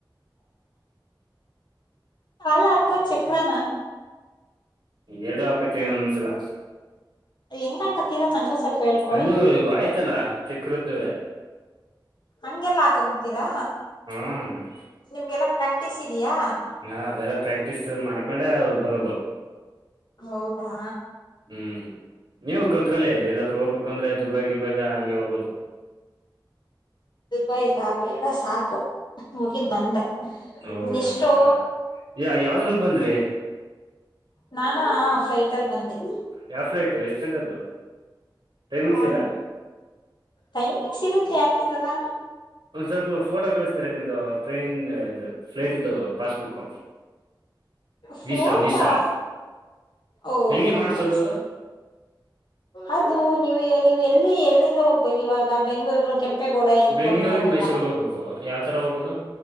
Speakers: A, on the left; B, on the right.
A: ಕಾಲ ಅಥವಾ ಚಕ್ರಾನ
B: ಎರಡು ಹಾಕತನಿ ಒಂದೊಂದ್ಸಲ
A: ಹೆಂಗ ಹಕತೀರಾ ನಂಗು ಸ್ವಲ್ಪ ಹೇಳ್ಕೊಡಿ
B: ಅದು ಆಯ್ತಲ್ಲ ಚಕ್ರದ್ದ
A: ಹಂಗೆಲ್ಲಾ ಹಾಕ ಬಿಡ್ತೀರಾ
B: ಹ್ಮ
A: ನಿಮ್ಗೆಲ್ಲಾ ಪ್ರಾಕ್ಟೀಸ್ ಇದಯಾ
B: ಹಾ ಅವೆಲ್ಲ ಪ್ರಾಕ್ಟೀಸ್ ಮಾಡ್ಕೊಂಡೆ ಬರೋದು
A: ಹೌದಾ
B: ಹ್ಞೂ ನೀವು ಕಲ್ತ್ಕೊಳ್ಳಿ ಎಲ್ಲಾದರೂ ಹೋಗ್ಬೇಕಂದ್ರೆ ದುಬಾಯಿ ಗುಬಾಯಿ ಹಂಗೆ ಹೋಗ್ಬೋದು
A: ದುಬೈ ಕಾ ಬೇಡ ಸಾಕು ಹೋಗಿದ್ ಬಂದೆ
B: ಹೌದಾ
A: ಎಷ್ಟೋ
B: ಯ ಯಾವದ್ರಲ್ಲಿ ಬಂದ್ರಿ
A: ನಾನಾ ಫ್ಲೈಟ್ ಅಲ್ಲಿ ಬಂದೆ
B: ಯಾವ ಫ್ಲೈಟ್ ಎಷ್ಟು ಗಂಟೆದು ಟೈಮಿಂಗ್ಸ್
A: ನಾನ್
B: ಇಲ್ಲ
A: ಟೈಮಿಂಗ್ಸ್ ಇರುತ್ತೆ ಯಾಕರಲ್ಲ
B: ಒಂದ್ ಸ್ವಲ್ಪ ಫೋಟೋ ಕಳಿಸ್ತೀರಾ ನಿಮ್ದು ಟ್ರೈನ್ ಇದು ಫ್ಲೈಟ್ದು ಪಾಸ್ಬುಕ್
A: ಫೋಟಾ
B: ವೀಸಾ ವೀಸಾ
A: ಓ ಓಕೆ
B: ಹೆಂಗೆ
A: ಓಕೆ
B: ಮಾಡ್ಸೋದು
A: ಥ್ಯಾಂಕ್ಸ್
B: ಅದು
A: ಅದು ನೀವು ನೀವ ಎಲ್ಲಿ ಎಲ್ಲಿಂದ ಹೋಗ್ಬೇಕ ಇವಾಗ ಬೆಂಗಳೂರ ಕೆಂಪೇಗೌಡ ಏರ್ಪೋರ್ಟ್
B: ಬೆಂಗಳೂರಿಂದ
A: ಇಂದ ಹೋಗ್ಬೇಕ್
B: ಮೈಸೂರ್ಗ್
A: ನಾನು
B: ಹೋಗ್ಬೇಕು ಯಾವ ತರ ಹೋಗೋದು